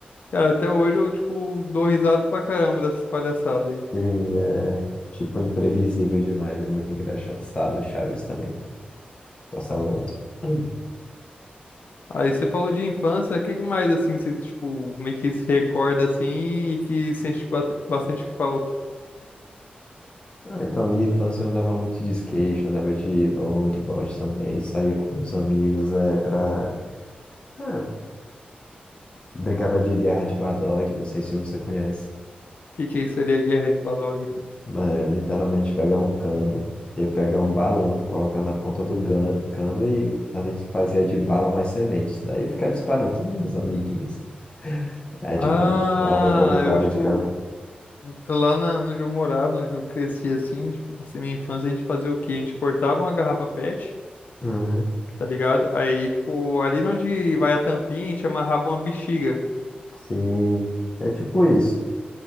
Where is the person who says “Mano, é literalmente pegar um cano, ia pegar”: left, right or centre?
Left